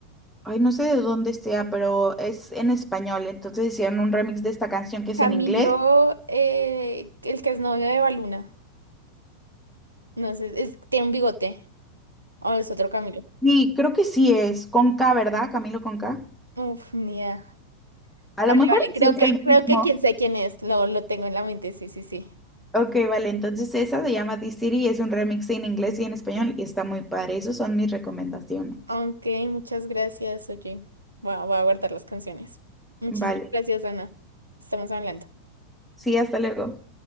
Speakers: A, in the centre; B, on the right (about 80°).
A: ay, no sé de dónde sea, pero es en español. Entonces hicieron un remix de esta canción que es
B: Camilo,
A: en inglés.
B: eh, el que es novio de Baluna. No sé, es, tiene un bigote. O es otro Camilo.
A: Sí, creo que sí es con K, ¿verdad? Camilo con K.
B: Uf, ni idea.
A: A lo
B: Vale,
A: mejor
B: vale, creo
A: sí es
B: que,
A: el mismo.
B: creo que quien sé quién es. Lo, lo tengo en la mente, sí, sí, sí.
A: Ok, vale, entonces esa se llama The City y es un remix en inglés y en español y está muy padre. Esas son mis recomendaciones.
B: Ok, muchas gracias, oye. Voy a, voy a guardar las canciones. Muchísimas
A: Vale,
B: gracias, Ana. Estamos hablando.
A: sí, hasta luego.